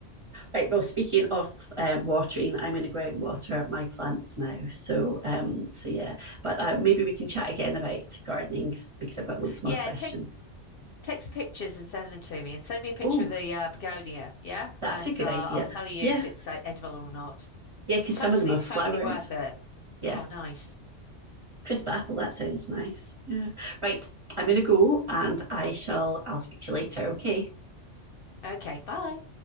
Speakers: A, on the right; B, on the left.
A: Right. Well, speaking of um, watering, I'm going to go out and water my plants now. So, um, so yeah. But uh, maybe we can chat again about gardening because I've got loads more
B: Yeah,
A: questions.
B: take Take some pictures and send them to me, and send me a picture
A: Oh,
B: of the uh, begonia, yeah?
A: that's
B: And
A: a good
B: uh,
A: idea.
B: I'll tell you
A: Yeah,
B: if it's uh, edible or not.
A: Yeah, because
B: Totally,
A: some of them are flowered.
B: totally worth it.
A: Yeah.
B: Oh, nice.
A: Crisp apple, that sounds nice. Yeah. Right. I'm gonna go and I shall I'll speak to you later, okay?
B: Okay, bye.